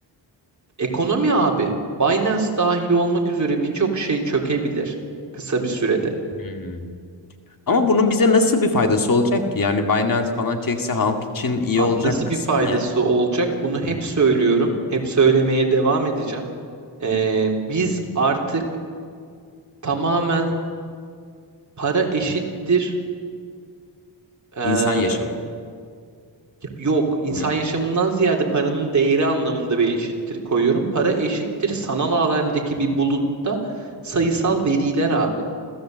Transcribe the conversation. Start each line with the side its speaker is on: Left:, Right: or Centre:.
Right: Ekonomi abi, Binance dahil olmak üzere birçok şey çökebilir kısa bir sürede.
Left: Hmm. Ama bunun bize nasıl bir faydası olacak ki? Yani Binance falan çekse halk için iyi
Right: Abi
Left: olacak
Right: nasıl
Left: kısmı
Right: bir faydası
Left: ne?
Right: olacak? Bunu hep söylüyorum, hep söylemeye devam edeceğim. Ee, biz artık tamamen para eşittir. ee,
Left: İnsan yaşamı
Right: yok, insan
Left: mı?
Right: yaşamından ziyade paranın değeri anlamında bir eşittir koyuyorum. Para eşittir sanal alemdeki bir bulutta sayısal veriler abi.